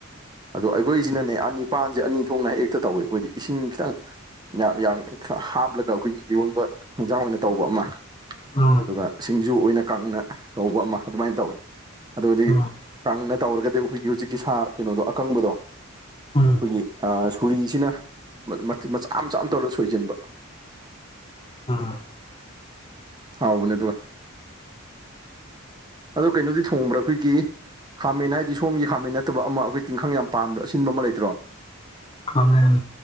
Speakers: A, on the right (about 20°); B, on the left (about 25°).
A: ꯑꯗꯣ ꯑꯩꯈꯣꯏꯁꯤꯅꯅꯦ ꯑꯅꯤꯄꯥꯟꯁꯦ ꯑꯅꯤ ꯊꯣꯛꯅ ꯍꯦꯛꯇ ꯇꯧꯏ ꯑꯩꯈꯣꯏꯗꯤ ꯏꯁꯤꯡ ꯈꯤꯇꯪ ꯌꯥꯝ ꯌꯥꯝ ꯍꯥꯞꯂꯒ ꯑꯩꯈꯣꯏꯒꯤ ꯏꯔꯣꯟꯕ ꯍꯤꯟꯖꯥꯡ ꯑꯣꯏꯅ ꯇꯧꯕ ꯑꯃ
B: ꯑꯥ
A: ꯑꯗꯨꯒ ꯁꯤꯡꯖꯨ ꯑꯣꯏꯅ ꯀꯪꯅ ꯇꯧꯕ ꯑꯃ ꯑꯗꯨꯃꯥꯏꯅ ꯇꯧꯋꯦ ꯑꯗꯨꯗꯤ
B: ꯑꯥ
A: ꯀꯪꯅ ꯇꯧꯔꯒꯗꯤ ꯑꯩꯈꯣꯏꯒꯤ ꯍꯧꯖꯤꯛꯀꯤ ꯁꯥ ꯀꯩꯅꯣꯗꯣ ꯑꯀꯪꯕꯗꯣ
B: ꯎꯝ꯫
A: ꯑꯩꯈꯣꯏꯒꯤ ꯑ ꯁꯨꯔꯤꯁꯤꯅ ꯃꯆꯥ ꯃꯆꯥ ꯇꯧꯔꯒ ꯁꯣꯏꯖꯤꯟꯕ
B: ꯎꯝ
A: ꯍꯥꯎ ꯕꯅꯦ ꯑꯗꯨꯒ ꯑꯗꯣ ꯀꯩꯅꯣꯗꯤ ꯊꯣꯡꯕ꯭ꯔꯥ ꯑꯩꯈꯣꯏꯒꯤ ꯈꯥꯃꯦꯟ ꯍꯥꯏꯗꯤ ꯁꯣꯝꯒꯤ ꯈꯥꯃꯦꯟ ꯅꯠꯇꯕ ꯑꯃ ꯑꯩꯈꯣꯏ ꯇꯤꯡꯈꯪ ꯌꯥꯝ ꯄꯥꯟꯕ ꯑꯁꯤꯟꯕ ꯑꯃ ꯂꯩꯇ꯭ꯔꯣ
B: ꯈꯥꯃꯦꯟ